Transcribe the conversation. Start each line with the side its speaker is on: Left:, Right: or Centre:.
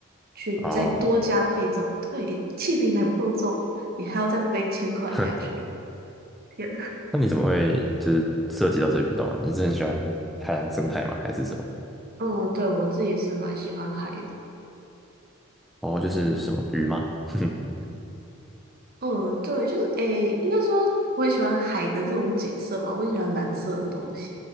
Right: 去再多加配重，
Centre: 哦，
Right: 对，气瓶还不够重，你还要再背千块下去，
Centre: 哼，
Right: 天呐！
Centre: 那你怎么会就是涉及到这运动啊？你是很喜欢海洋生态吗？还是什么？
Right: 嗯，对，我自己是蛮喜欢海的，
Centre: 哦，就是什么鱼吗？<laughs>
Right: 嗯，对，就是诶，应该说我很喜欢海的这种景色吧，我很喜欢蓝色的东西。